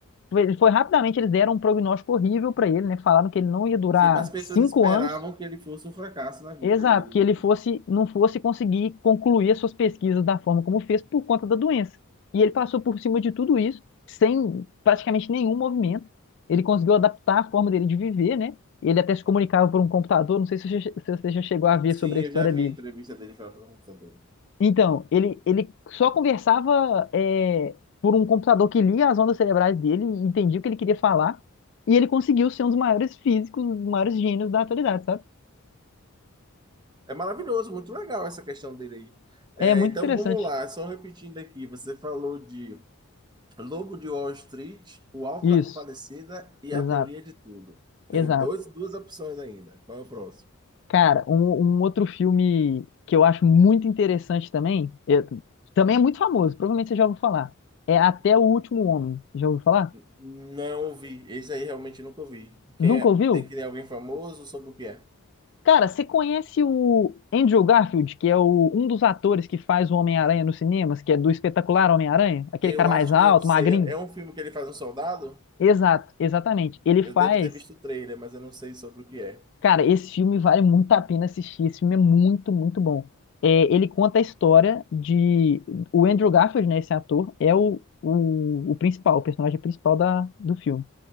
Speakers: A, on the left; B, on the right.
A: foi- ele foi rapidamente eles deram um prognóstico horrível pra ele, né? Falaram que ele não ia durar
B: Sim, as pessoas
A: cinco
B: esperavam
A: anos
B: que ele fosse um fracasso na vida,
A: Exato,
B: e ele
A: que
B: não
A: ele
B: foi.
A: fosse, não fosse conseguir concluir as suas pesquisas da forma como fez por conta da doença. E ele passou por cima de tudo isso, sem praticamente nenhum movimento. Ele conseguiu adaptar a forma dele de viver, né? Ele até se comunicava por um computador, não sei se você já se você já chegou a ver
B: Sim,
A: sobre a
B: eu
A: história
B: já vi
A: dele.
B: a entrevista dele falando com computador.
A: Então, ele, ele só conversava é, por um computador que lia as ondas cerebrais dele e entendia o que ele queria falar. E ele conseguiu ser um dos maiores físicos, um dos maiores gênios da atualidade, sabe?
B: É maravilhoso, muito legal essa questão dele aí.
A: É
B: É,
A: muito
B: então
A: interessante.
B: vamos lá, só repetindo aqui, você falou de Lobo de Wall Street, O Alto
A: Isso,
B: da Compadecida e
A: exato.
B: A Teoria de Tudo.
A: Exato.
B: Tem dois, duas opções ainda. Qual é o próximo?
A: Cara, um, um outro filme que eu acho muito interessante também, é- também é muito famoso, provavelmente você já ouviu falar, é Até o Último Homem. Já ouviu falar?
B: N- Não ouvi, esse aí realmente nunca ouvi.
A: Nunca
B: Quem é?
A: ouviu?
B: Tem que ter alguém famoso sobre o que é?
A: Cara, você conhece o Andrew Garfield, que é o- um dos atores que faz o Homem-Aranha nos cinemas, que é do espetacular Homem-Aranha? Aquele
B: Eu
A: cara mais
B: acho
A: alto,
B: que eu sei,
A: magrinho?
B: é um filme que ele faz um soldado?
A: Exato, exatamente. Ele faz
B: Eu devo ter visto o trailer, mas eu não sei sobre o que é.
A: Cara, esse filme vale muito a pena assistir. Esse filme é muito, muito bom. É, ele conta a história de. O Andrew Garfield, né? Esse ator, é o, o, o principal, o personagem principal da, do filme.